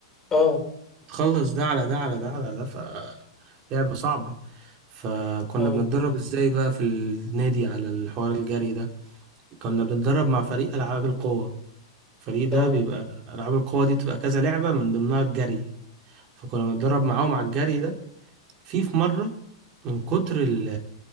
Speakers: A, on the left (about 20°); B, on the right (about 40°).
A: اه
B: تخلص ده على ده على ده على ده ف لعبة صعبة فكنا
A: اه
B: بنتدرب ازاي بقى في النادي على الحوار الجري ده كنا بنتدرب مع فريق ألعاب القوة الفريق ده
A: اه
B: بيبقى ألعاب القوة دي بتبقى كذا لعبة من ضمنها الجري فكنا بنتدرب معاهم على الجري ده في في مرة من كتر ال